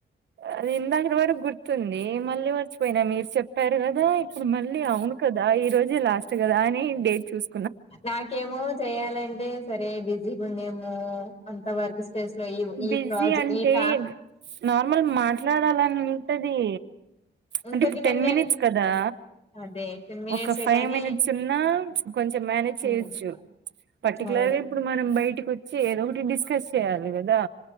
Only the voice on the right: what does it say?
అది ఇందాకడ వరకు గుర్తుంది మళ్ళీ పోయినా మీరు చెప్పారు కదా ఇక్కడ మళ్ళీ అవును కదా ఈ రోజే లాస్ట్ కదా అని డేట్ చూస్
బిజీ
అంటే
నార్మల్ మాట్లాడాలని ఉంటది
అంటే ఇప్పుడు
టెన్
మినిట్స్ కదా,
ఒక ఫైవ్
మినిట్స్ ఉన్నా కొంచెం మేనేజ్ చేయొచ్చు.
పర్టికులర్గా
ఇప్పుడు మనం బయటకి వచ్చి ఏదో ఒకటి డిస్కస్. నీకొద్దా